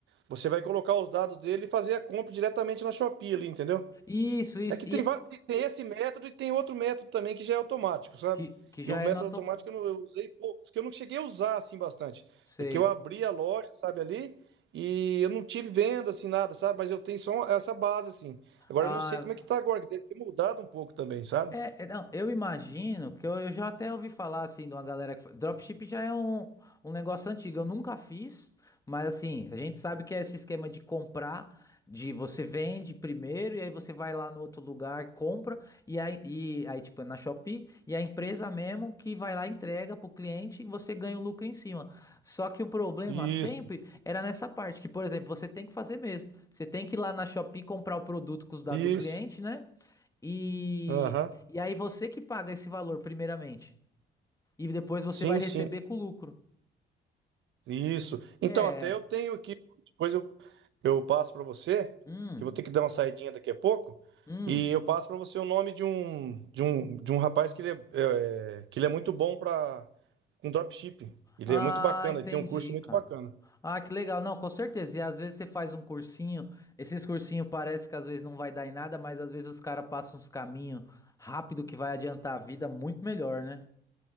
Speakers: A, on the right; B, on the left.
A: Você vai colocar os dados dele e fazer a compra diretamente na Shopee ali, entendeu?
B: Isso, isso.
A: É que
B: E
A: tem, va- tem tem esse método e tem outro método também que já é automático, sabe?
B: que, que já
A: E o método
B: é nota.
A: automático
B: um.
A: eu, não, eu usei pouco porque eu não cheguei a usar assim bastante.
B: Sei.
A: É que eu abri a loja, sabe, ali, e eu não tive venda assim nada, sabe? Mas eu tenho só essa base assim. Agora
B: Ah,
A: eu não sei como é que tá agora, que deve ter mudado um pouco também, sabe?
B: É, é, não, eu imagino que eu, eu já até ouvi falar assim de uma galera que. fa- Dropship já é um, um negócio antigo, eu nunca fiz, mas assim, a gente sabe que é esse esquema de comprar, de você vende primeiro e aí você vai lá no outro lugar, compra, e aí, e, aí tipo, é na Shopee, e a empresa mesmo que vai lá, e entrega pro cliente e você ganha o lucro em cima. Só que o problema
A: Isso,
B: sempre era nessa parte, que, por exemplo, você tem que fazer mesmo. Você tem que ir lá na Shopee comprar o produto com os dados
A: isso.
B: do cliente, né? E,
A: Aham.
B: e aí você que paga esse valor primeiramente. E depois você
A: Sim,
B: vai receber
A: sim.
B: com lucro.
A: Isso. Então,
B: É.
A: até eu tenho aqui, depois eu, eu passo para você,
B: Hum,
A: que eu vou ter que dar uma saidinha daqui a pouco,
B: hum.
A: e eu passo para você o nome de um, de um, de um rapaz que ele é, é, que ele é muito bom para com dropshipping. Ele
B: Ah,
A: é muito bacana,
B: entendi,
A: ele tem um curso muito
B: cara.
A: bacana.
B: Ah, que legal. Não, com certeza. E às vezes você faz um cursinho. Esses cursinhos parece que às vezes não vai dar em nada, mas às vezes os caras passam uns caminhos rápido que vai adiantar a vida muito melhor, né?